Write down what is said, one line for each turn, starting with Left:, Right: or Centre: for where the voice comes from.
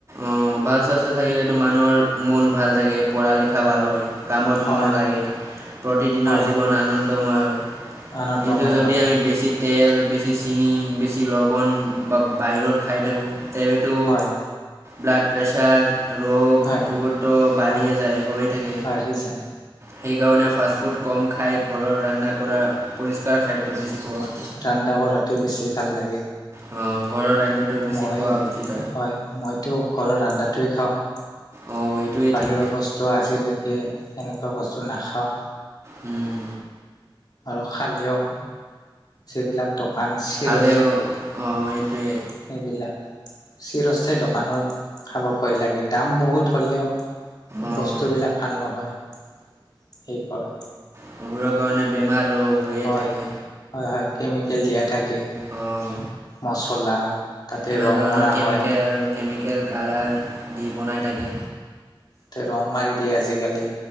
Right: অঁ ভাল স্বাস্থ্য থাকিলেতো মানুহৰ মন ভাল থাকে, পঢ়া লিখা ভাল হয়। কামত
Left: হয়
Right: মন লাগে, প্ৰতিদিনৰ
Left: হয়
Right: জীৱন আনন্দময় হয়।
Left: আনন্দময়
Right: কিন্তু যদি
Left: হয়
Right: আমি বেছি তেল বেছি চিনি, বেছি লৱণ বা বাহিৰৰ খাই থাকোঁ তেৱে টো
Left: হয়
Right: ব্লাড প্ৰেছাৰ ৰোগ
Left: হয়
Right: এইবোৰতো বাঢ়িয়ে
Left: হয়
Right: যায় হৈ থাকে।
Left: <unintelligible> যায়।
Right: সেইকাৰণে ফাষ্টফুড কম খাই ঘৰত ৰান্ধা কৰা পৰিষ্কাৰ খাদ্য বেছি খোৱা
Left: হয়,
Right: উচিত
Left: ৰান্ধা কৰাটো বেছি ভাল লাগে।
Right: অঁ ঘৰৰ আঞ্জাটো বেছি
Left: মই,
Right: খোৱা উচিত
Left: হয় মইতো ঘৰৰ ৰন্ধাটোৱেই খাওঁ,
Right: অঁ এইটোৱেই
Left: বাহিৰৰ
Right: ঠিক
Left: বস তো আজিলৈকে তেনেকুৱা বস্তু নাখাওঁ।
Right: উম।
Left: আৰু খালেং যিবিলাক দোকান চিৰদিন
Right: খালেও অঁ এইটোৱে।
Left: সেইবিলাক চিৰস্থায়ী দোকানৰ খাব ভয় লাগি দাম বহুত হ'লেও
Right: অঁ
Left: বস্তুবিলাক ভাল নহয় সেইকাৰণে।
Right: সেইবোৰৰ কাৰণে বেমাৰ ৰোগ হৈয়ে
Left: হয়
Right: থাকে।
Left: হয়, হয় কেমিকেল দিয়া থাকে।
Right: অঁ,
Left: মচলা তাতে
Right: কিমান
Left: ৰং
Right: ধৰণৰ
Left: মৰা
Right: কেমিকেল
Left: হয়
Right: কেমিকেল কালাৰ দি বনাই থাকে।
Left: ত ৰং মাৰি দিয়ে আজিকালি।